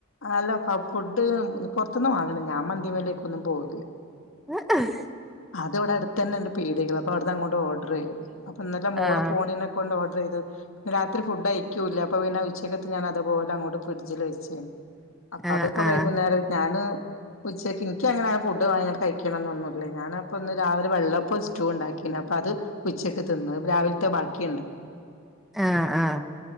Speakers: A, on the left; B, in the centre.
A: ആല്ലപ്പ ഫുഡ് പൊറത്തന്ന് വാങ്ങണം ഞാൻ മന്തിമേലേക്കൊന്നും പോവില്ല.
B: <unintelligible>
A: അത് ഇവിടെ അടുത്തന്നെ ഉണ്ട് പീടികൾ അപ്പൊവിടന്നങ്ങോട്ട് ഓർഡറ് ചെയ്യും. അപ്പന്നലേ മോള്
B: ആഹ്
A: പോണീന ണ്ടോർഡറ് ചെയ്തു രാത്രി ഫുഡയ്ക്കൂല അപ്പ പിന്നെ ഉച്ചക്കത്തെ ഞാൻ അതുപോലങ്ങോട്ട് ഫ്രിഡ്ജില് വെച്ച്.
B: ആഹ്
A: അതപ്പം
B: ആഹ്
A: വൈകുന്നേരം ഞാന് ഉച്ചക്ക് ഇനിക്കങ്ങനെ ഫുഡ് വാങ്ങി കഴിക്കണന്നൊന്നുല്ല ഞാനപ്പന്നേ രാവിലെ വെള്ളപ്പോം സ്റ്റൂ ഉണ്ടാക്കി അപ്പ അത് ഉച്ചക്ക് തിന്ന്‌ രാവിലത്തെ ബാക്കിയിണ്ട്.
B: ആഹ് ആഹ്